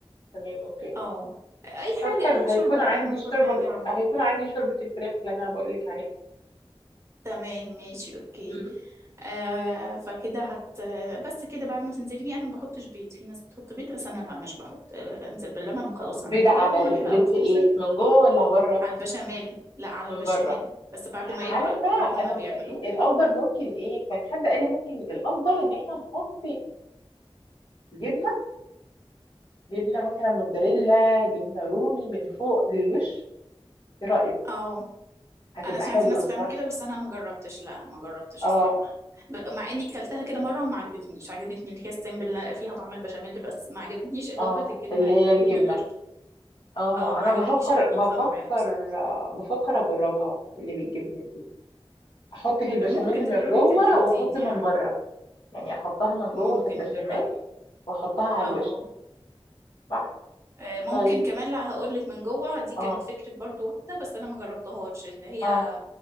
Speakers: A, on the left (about 55°); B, on the right (about 25°).
A: تمام اوكي
B: اه أي حاجة
A: طب حلو
B: أي
A: هيكون
B: شوربة
A: عندي
B: أي نوع
A: الشوربه
B: شوربة يعني عندك
A: هيكون عندي شوربه الفراخ اللي انا بقول لك عليها
B: تمام ماشي أوكي
A: مم.
B: آه فكده هت بس كده بعد ما تنزلي بيه أنا ما بحطش بيض في ناس بتحط بيض بس أنا لا مش بحط آه، أنزل باللبن وخلاص
A: بيض
B: على كده
A: على
B: والملح
A: ال- بيض
B: بقى والفلفل
A: في ايه من جوه ولا بره
B: على البشاميل لا على
A: من
B: البشاميل
A: بره
B: بس بعد ما
A: عارفه
B: يبرد بعد ما
A: انا
B: بيعملوه
A: الافضل ممكن ايه كان حد قال لي ممكن الافضل ان احنا نحط جبنه جبنة مثلا موتزاريلا جبنة رومي من فوق للوش ايه رأيك
B: اه
A: هتبقى
B: انا سمعت
A: حلوة
B: الناس بتعمل
A: صح
B: كده بس انا ما جربتش لا ما جربتش
A: اه
B: الصراحه ب- مع اني كلتها كده مره وما عجبتنيش عجبتني اللي هي السمبل اللي فيها طعم البشاميل بس ما عجبتنيش اضافه
A: اه
B: الجبنه
A: اللي
B: اللي
A: هي
B: كانت
A: الجبنة
B: جبنه تركي
A: اه
B: اه ما
A: انا
B: عجبتنيش
A: بفكر
B: الاضافه
A: بفكر
B: معاها بصراحه
A: آه، بفكر اجربها اللي بالجبنة دي احط في البشاميل
B: ممكن تجربي
A: من جوه
B: كتجديد
A: واحط
B: يعني
A: من بره يعني احطها من جوه
B: ممكن
A: في البشاميل
B: نجربي
A: واحطها على
B: اه
A: الوش صح
B: آه، ممكن
A: طيب
B: كمان لا هقولك من جوه دي كانت
A: اه
B: فكرة برضو واحدة بس أنا ما جربتهاش إن هي
A: اه